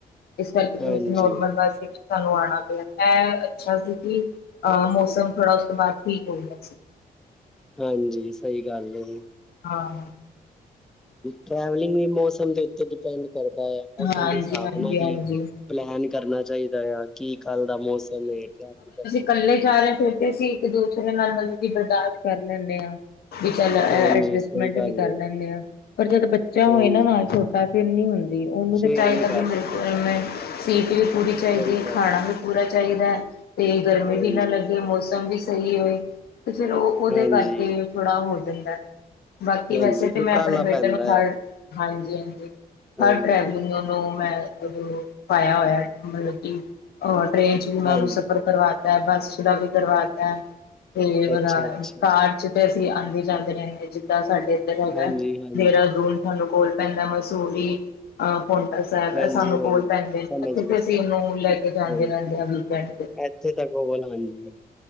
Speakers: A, on the left; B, in the centre.
A: ਇਸ ਕਰਕੇ
B: ਹਾਂਜੀ,
A: ਫਿਰ ਅਸੀਂ ਨੋਰਮਲ ਬੱਸ ਸੀ, ਸਾਨੂੰ ਆਣਾ ਐਹ ਅੱਛਾ ਸੀ, ਕਿ ਅ ਮੌਸਮ ਥੋੜਾ ਉਸ ਤੋਂ ਬਾਅਦ ਠੀਕ ਹੋ ਗਿਆ ਸੀ।
B: ਹਾਂਜੀ, ਸਹੀ ਗੱਲ ਏ।
A: ਹਾਂ।
B: ਟਰੈਵਲਿੰਗ ਵੀ ਮੌਸਮ ਦੇ ਉੱਤੇ ਡਿਪੈਂਡ ਕਰਦਾ ਐ, ਮੌਸਮ
A: ਹਾਂਜੀ
B: ਦੇ ਹਿਸਾਬ
A: ਹਾਂਜੀ
B: ਨਾਲ
A: ਹਾਂਜੀ
B: ਈ ਪਲਾਨ ਕਰਨਾ ਚਾਹੀਦਾ ਆ, ਕੀ ਕੱਲ ਦਾ ਮੌਸਮ ਏ ਕਿਆ ਪਤਾ।
A: ਕੱਲੇ ਜਾ ਰਹੇ, ਫਿਰ ਤੇ ਅਸੀਂ ਇੱਕ ਦੂਸਰੇ ਨਾਲ ਮਤਲਬ ਕਿ ਬਰਦਾਸ਼ਤ ਕਰ ਲੈਂਨੇ ਆਂ। ਵੀ ਚੱਲ ਅ ਅ
B: ਹਾਂਜੀ
A: ਅਡਜੈਸਟਮੈਂਟ
B: ਸਹੀ ਗੱਲ
A: ਵੀ ਕਰ
B: ਏ
A: ਲੈਂਨੇ ਆਂ, ਪਰ ਜਦ ਬੱਚਾ ਹੋਏ
B: ਹਾਂਜੀ
A: ਨਾ ਨਾਲ ਛੋਟਾ ਫਿਰ ਨੀ ਹੁੰਦੀ, ਉਹਨੂੰ ਤੇ
B: ਫੇਰ
A: ਚਾਹੀਦਾ
B: ਨੀ ਕਰ
A: ਵੀ ਮੇਰੇ
B: ਸਕ
A: ਕੋਲ ਮੈਂ ਸੀਟ ਵੀ ਪੂਰੀ ਚਾਹੀਦੀ
B: ਸਹੀ
A: ਏ।
B: ਗੱਲ
A: ਪੂਰਾ ਚਾਹੀਦਾ ਐ, ਤੇ ਗਰਮੀ
B: ਹਾਂਜੀ,
A: ਵੀ ਨਾ ਲੱਗੇ, ਮੌਸਮ ਵੀ ਸਹੀ ਹੋਏ। ਤੇ ਫਿਰ ਉਹ ਉਹਦੇ
B: ਹਾਂਜੀ,
A: ਕਰਕੇ ਥੋੜਾ ਹੋ ਜਾਂਦਾ। ਬਾਕੀ
B: ਹਾਂਜੀ
A: ਵੈਸੇ
B: ਫਿਰ
A: ਤੇ ਮੈਂ
B: ਕਾਹਲਾ
A: ਅਪਨੇ ਬੇਟੇ
B: ਪੈਂਦਾ
A: ਨੂੰ ਹਰ,
B: ਆ
A: ਹਾਂਜੀ- ਹਾਂਜੀ
B: ਹਾਂਜੀ,
A: ਹਰ ਟ੍ਰੈਵਲਿੰਗ ਉਹ ਮੈਂ ਓ ਪਾਇਆ ਹੋਇਆ ਏ, ਮਤਲਬ ਕਿ ਅ ਟ੍ਰੇਨ ਚ ਵੀ ਮੈਂ
B: ਹਾਂਜੀ
A: ਉਹਨੂੰ ਸਫ਼ਰ ਕਰਵਾ ਤਾ ਬੱਸ ਦਾ ਵੀ ਕਰਵਾਤਾ, ਤੇ ਉਹਦਾ
B: ਅੱਛਾ, ਅੱਛਾ
A: ਕਾਰ ਚ ਤੇ ਅਸੀਂ ਆਂਦੇ ਜਾਂਦੇ ਰਹਿਨੇ ਆਂ, ਜਿੱਦਾ ਸਾਡੇ ਇੱਧਰ ਹੈਗਾ
B: ਹਾਂਜੀ, ਹਾਂਜੀ,
A: ਦੇਹਰਾਦੂਨ। ਤੁਹਾਨੂੰ ਕੋਲ ਪੈਂਦਾ ਮੰਸੂਰੀ। ਅੰ ਪੌਂਟਾ ਸਾਹਿਬ
B: ਹਾਂਜੀ,
A: ਸਾਨੂੰ ਕੋਲ
B: ਹਾਂਜੀ
A: ਪੈਂਦੇ ਨੇ,
B: ਸਮਝ
A: ਇਥੇ
B: ਗਏ ਸਮਝ-
A: ਅਸੀਂ ਉਹਨੂੰ ਲੈ ਕੇ ਜਾਂਦੇ
B: ਹਾਂਜੀ
A: ਰਹਿੰਦੇ ਆ, ਵੀਕਐਂਡ ਤੇ
B: ਇੱਥੇ ਤਾ ਕੋਲ ਹਾਂਜੀ,